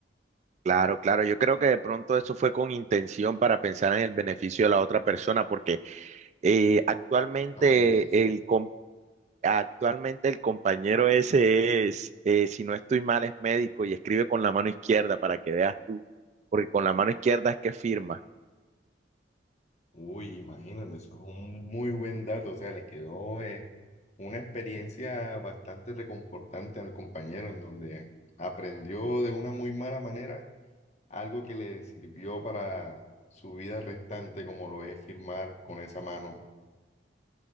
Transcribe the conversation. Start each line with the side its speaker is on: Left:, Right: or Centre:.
Right: Claro, claro, yo creo que de pronto eso fue con intención para pensar en el beneficio de la otra persona, porque eh, actualmente
Left: tal vez,
Right: el, com- actualmente el compañero ese es, eh, si no estoy mal, es médico y escribe con la mano izquierda para que veas tú, porque con la mano izquierda es que firma.
Left: uy, imagínate, eso es un muy buen dato, o sea, le quedó eh, una experiencia bastante reconfortante al compañero en donde aprendió de una muy mala manera algo que le sirvió para su vida restante, como lo es firmar con esa mano